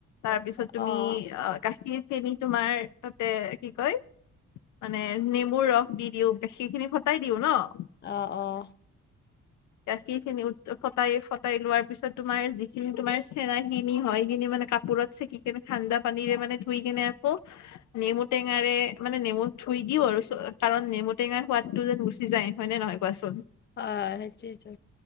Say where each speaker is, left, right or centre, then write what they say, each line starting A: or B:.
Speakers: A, on the left; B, on the left.
A: তাৰ পিছত
B: অ'।
A: তুমি, আহ-গাখীৰখিনি তোমাৰ তাতে কি কয়? মানে নেমুৰ ৰস দি দিওঁ, গাখীৰখিনি ফটাই দিওঁ ন'?
B: অ', অ'।
A: গাখীৰ খিনি উত-উত ফটাই- ফটাই লোৱাৰ পিছত তোমাৰ যিখিনি তোমাৰ চেৰাইখিনি হয়, সিখিনি মানে কাপ ওপৰত চেকি কেনে থাণ্ডা পানীৰে মান ধুই কেনে আকৌ নেমু টেঙাৰে মানে, নেমু ধুই দিওঁ আৰু চ-কাৰণ নেমু টেঙাৰ সোৱাদটো যেন গুচি যায় হয় নে নহয়? কোৱাচোন।
B: হয়, সেইটোৱেতো